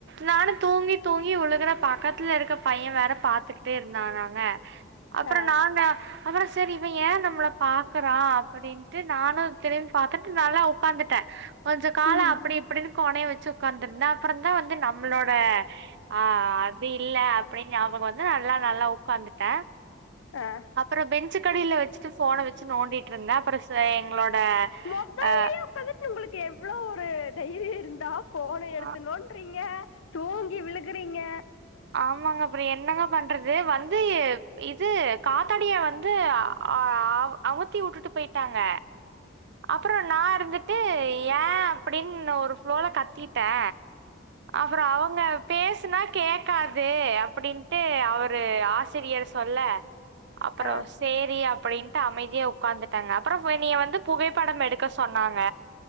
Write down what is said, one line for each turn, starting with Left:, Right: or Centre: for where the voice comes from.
Right: நானு தூங்கி தூங்கி உழுகுறே பக்கத்துல இருக்க பைய வேற பாத்துக்கிட்டே இருந்தானாங்க அப்பறோ
Left: ஆ
Right: நாங்க அப்றோ சேரி இவே ஏ நம்மள பாக்குறா அப்டின்னுட்டு நானு திரிம்பிபாத்துட்டு நல்லா உக்காந்துட்டே
Left: <unintelligible>
Right: கொஞ்ச கால
Left: ம்
Right: அப்டி இப்டின்னு கோணையா வச்சி ஒக்காந்துருந்தா அப்பறந்தா வந்து நம்மளோட ஆ அது இல்ல அப்டின்னு ஞாபகோ வந்து நல்லா நல்லா உக்காந்துட்டே
Left: ஆ
Right: அப்பறோ பெஞ்சுக்கடில வச்சிட்டு போன வச்சி நோண்டிட்ருந்தே அப்றோ எங்களோட
Left: மொதல்லயே
Right: ஆ ஆ
Left: உக்காந்துட்டு உங்களுக்கு எவ்ளோ ஒரு தைரியோ இருந்தா போன எடுத்து
Right: ஆ
Left: நோண்டுறீங்க தூங்கி விழுகுறீங்க
Right: ஆமாங்க அப்றோ என்னங்க பண்றது வந்து இது காத்தாடிய வந்து ஆ பாவோ அமத்தி வுட்டுட்டு போயிட்டாங்க அப்றோ நா இருந்துட்டு ஏ அப்டின்னு ஒரு ப்ளோல கத்திட்டே அப்பறோ அவுங்க பேசுனா கேக் காது அப்டின்ட்டு அவரு ஆசிரியர் சொல்ல அப்பறோ
Left: ஆ
Right: சேரி அப் டின்ட்டு அமைதியா உக்காந்துட்டேங்க அப்றோ என்னிய வந்து புகைப்படம் எடுக்க சொன்னாங்க